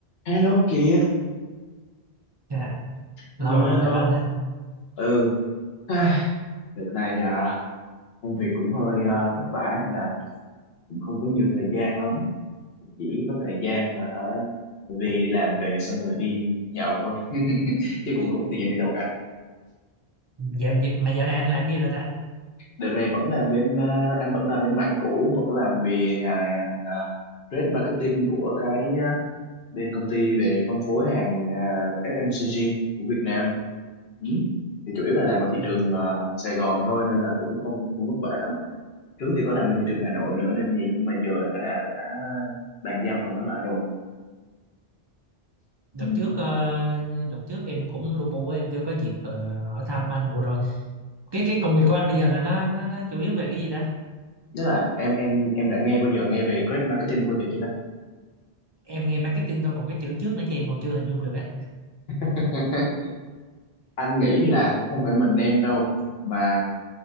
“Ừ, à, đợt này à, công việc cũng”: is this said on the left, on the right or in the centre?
Left